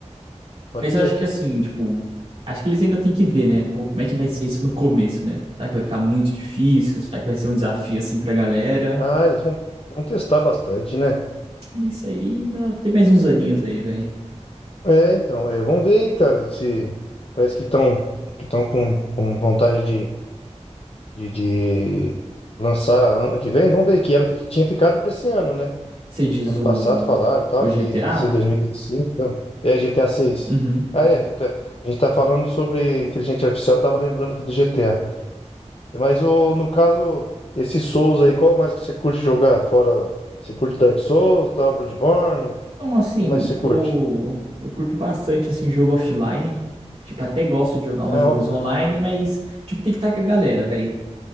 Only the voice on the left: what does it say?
pode
dizer.
Ah, eles vão, vão testar bastante, né?
É, então, é, vamos ver aí, cara, se parece que estão que estão com, com vontade de, de, de lançar ano que vem. Vamos ver que ela fi- tinha ficado para esse ano, né?
Ano
passado falaram tal,
que ia ser em 2025. Então. É GTA 6.
Ah, é. GTA. A A gente tá falando sobre inteligência artificial, tava lembrando aqui do GTA. Mas o, no caso, esse Souls aí, qual mais que você curte jogar? Fora. Você curte Dark Souls, tal, Bloodborne? O
que mais você curte?
Ah,
offline.